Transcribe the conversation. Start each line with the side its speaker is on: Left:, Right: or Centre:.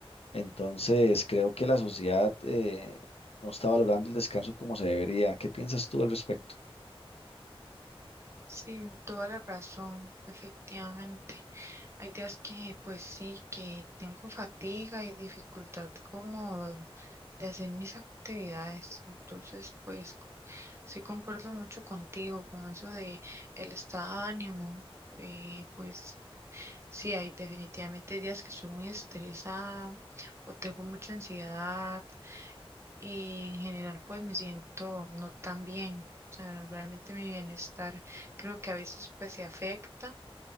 Left: Entonces, creo que la sociedad eh, no está valorando el descanso como se debería. ¿Qué piensas tú al respecto?
Right: Sí, toda la razón, efectivamente. Hay días que, pues sí, que tengo fatiga y dificultad como de hacer mis actividades. Entonces, pues sí concuerdo mucho contigo, con eso de el estado de ánimo. eh, pues sí, hay definitivamente días que soy muy estresada o tengo mucha ansiedad y en general pues me siento no tan bien. O sea, realmente mi bienestar creo que a veces pues se afecta